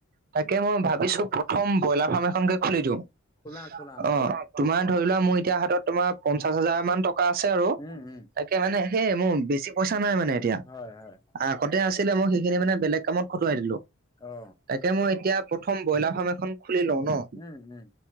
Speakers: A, on the right; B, on the left.
A: তাকে মই ভাব ভাবিছো, প্ৰথম ব্ৰইলাৰ ফাৰ্ম এখনকে খুলি দিওঁ।
B: খোলা খোলা
A: অ, তোমাৰ ধৰি লোৱা মোৰ এতিয়া হাতত তোমাৰ পঞ্চাশ হাজাৰ মান টকা আছে আৰু। তাকে,
B: উম উম
A: মানে সেই মোৰ বেছি পইচা নাই মানে এতিয়া।
B: হয় হয়
A: আগতে আছিলে মই সেইখিনি মানে বেলেগ কামত খটুৱাই দিলো।
B: অ
A: তাকে মই এতিয়া প্ৰথম ব্ৰইলাৰ ফাৰ্ম এখন খুলি লওঁ ন?
B: উম উম।